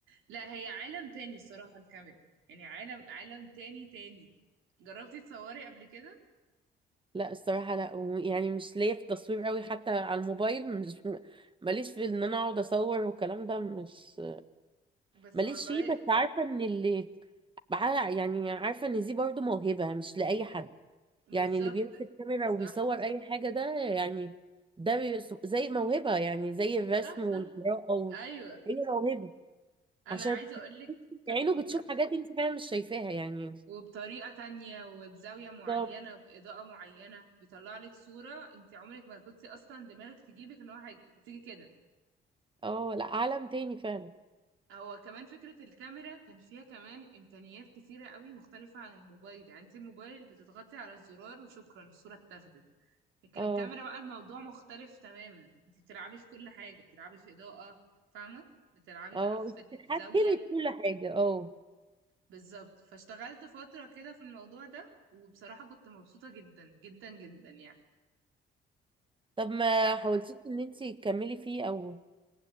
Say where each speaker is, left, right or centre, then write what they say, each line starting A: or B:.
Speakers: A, on the right; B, on the right.
A: لا هي عالم تاني الصراحه الكاميرا يعني عالم عالم تاني تاني جربتي تصوري قبل كده
B: لا الصراحه لا و- يعني مش ليا في التصوير قوي حتى على الموبايل مش <laughs> ماليش في ان انا اقعد اصور والكلام ده مش
A: بس
B: ماليش
A: والله
B: فيه بس عارفه ان اللي بع- يعني عارفه ان دي برضه موهبه مش لاي حد
A: بالظبط
B: يعني اللي بيمسك كاميرا
A: صح
B: وبيصور اي حاجه ده يعني ده بي- زي موهبه يعني زي الرسم
A: صح
B: والقراءه
A: صح
B: و-
A: ايوه
B: هي موهبه
A: انا
B: عشان
A: عايزه اقول لك كت...
B: عينه
A: كنت
B: بتشوف حاجات انت فعلا مش شايفاها يعني
A: وبطريقه تانية وبزاويه معينه
B: بالظبط
A: باضاءه معينه بيطلع لك صوره انت عمرك ما كنت اصلا دماغك تجيبك ان هو هي- هتيجي كده
B: اه لا عالم تاني فعلا
A: هو كمان فكره الكاميرا كان فيها كمان امكانيات كتيره قوي مختلفه عن الموبايل يعني انت الموبايل بتضغطي على الزرار وشكرا الصوره اتاخدت لكن
B: اه
A: الكاميرا بقى الموضوع مختلف تماما انت بتلعبي في كل حاجه بتلعبي في اضاءه فاهمه بتلعبي
B: اه
A: بقى في
B: انت بتتحكمي
A: الزاويه
B: بكل حاجة اه
A: بالظبط فاشتغلت فترة كده في الموضوع ده وبصراحة كنت مبسوطة جدا جدا جدا يعني
B: طب ما
A: هت-
B: حاولتيش ان انت تكملي فيه او